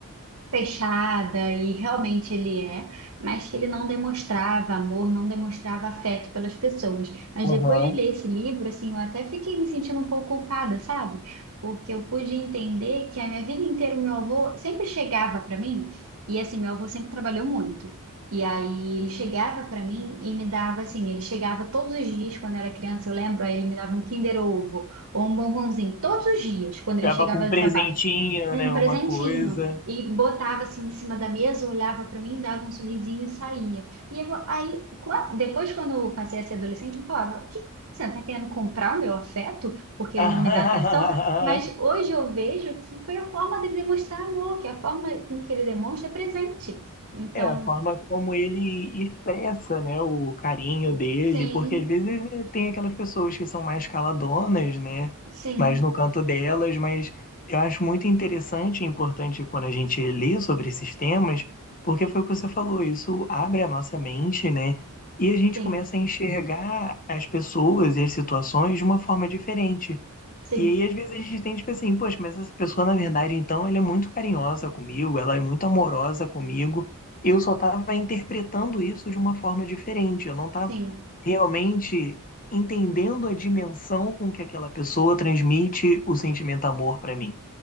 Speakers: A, on the right; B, on the left.
A: fechada e realmente ele é, mas que ele não demonstrava amor, não demonstrava afeto pelas pessoas. Mas
B: Aham.
A: depois de ler esse livro, assim, eu até fiquei me sentindo um pouco culpada, sabe? Porque eu pude entender que a minha vida inteira o meu avô sempre chegava para mim e assim, meu avô sempre trabalhou muito. E aí ele chegava para mim e me dava assim, ele chegava todos os dias quando eu era criança, eu lembro, aí ele me dava um Kinder Ovo ou um bombonzinho todos os dias quando ele
B: Acaba
A: chegava
B: com um
A: do
B: presentinho,
A: trabalho um
B: né?
A: presentinho
B: Uma coisa.
A: e botava assim em cima da mesa, olhava para mim, dava um sorrisinho e saía. E eu, aí, qua- depois, quando eu passei a ser adolescente, eu falava: "O que que você está querendo comprar o meu afeto porque ele
B: <laughs>
A: não me dá atenção?" Mas hoje eu vejo que foi a forma dele demonstrar amor, que a forma com que ele demonstra é presente. Então,
B: É, a forma como ele expressa, né, o carinho dele,
A: sim,
B: porque às vezes eh, tem aquelas pessoas que são mais caladonas, né,
A: sim,
B: mais no canto delas, mas eu acho muito interessante e importante quando a gente lê sobre esses temas, porque foi o que você falou, isso abre a nossa mente, né, e a gente
A: sim,
B: começa a enxergar as pessoas e as situações de uma forma diferente.
A: sim,
B: E aí, às vezes, a gente tem, tipo assim, poxa, mas essa pessoa, na verdade, então, ela é muito carinhosa comigo, ela é muito amorosa comigo. Eu só tava interpretando isso de uma forma diferente. Eu não tava
A: sim.
B: realmente entendendo a dimensão com que aquela pessoa transmite o sentimento amor pra mim.